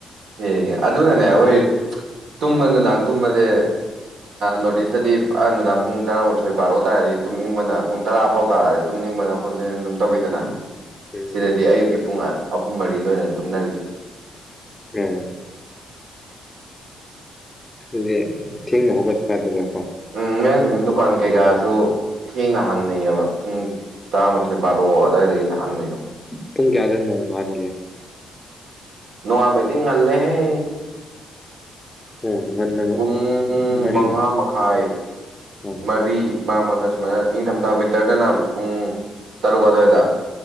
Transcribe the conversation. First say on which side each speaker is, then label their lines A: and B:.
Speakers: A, on the right (about 75°); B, on the left (about 15°).
A: ꯑꯦ ꯑꯗꯨꯅꯅꯦ ꯑꯩꯈꯣꯏ ꯇꯨꯝꯕ ꯅꯨꯡꯗꯥꯡ ꯇꯨꯝꯕꯁꯦ ꯅꯣꯔꯠ ꯏꯁꯇꯗꯤ ꯅꯨꯡꯗꯥꯡ ꯄꯨꯡ ꯇꯔꯥꯃꯥꯊꯣꯏ ꯕꯥꯔꯣ ꯇꯥꯔꯗꯤ ꯇꯨꯝꯅꯤꯡꯕꯅ ꯄꯨꯡ ꯇꯔꯥ ꯐꯥꯎ ꯇꯥꯔꯗꯤ ꯈꯪꯅꯤꯡꯕꯅ ꯈꯣꯠꯄ ꯑꯗꯨꯝ ꯇꯧꯋꯤꯗꯅ
B: ꯎꯝ ꯎꯝ
A: ꯁꯤꯗꯗꯤ ꯑꯌꯨꯛꯀꯤ ꯄꯨꯡ ꯑꯍꯨꯝ ꯃꯔꯤꯗ ꯑꯣꯏꯅ ꯇꯨꯝꯅꯔꯤꯁ
B: ꯎꯝ ꯑꯗꯨ ꯊꯦꯡꯅ ꯍꯧꯒꯠꯄ ꯑꯗꯨꯒ ꯀꯣ
A: ꯎꯝ ꯃ ꯗꯨꯀꯥꯟ ꯀꯩ ꯀꯁꯨ ꯊꯅ ꯍꯪꯅꯩꯑꯕ ꯄꯨꯡ ꯇꯔꯥꯃꯥꯊꯣꯏ ꯕꯥꯔꯣ ꯑꯗꯨꯋꯥꯏꯗꯩꯗ ꯍꯪꯅꯩꯑꯕ
B: ꯇꯨꯨꯝ ꯀꯌꯥ ꯀ ꯃꯑꯣꯣꯡꯒꯦ
A: ꯅꯅꯨꯡꯉꯕꯗꯤ ꯉꯜꯂꯦꯍꯦ
B: ꯑꯣ ꯉꯟꯅ
A: ꯄꯨꯡ
B: ꯃꯔꯤ
A: ꯃꯉꯥ ꯃꯈꯥꯏ
B: ꯑꯣꯀꯦ
A: ꯃꯔꯤ ꯃꯔꯝ ꯑꯣꯏꯗ ꯁꯨꯃꯥꯏꯅ ꯏꯪꯊꯝꯊꯥ ꯋꯤꯟꯇꯔꯗꯅ ꯄꯨꯡ ꯇꯔꯨꯛ ꯑꯗꯨꯋꯥꯏꯗ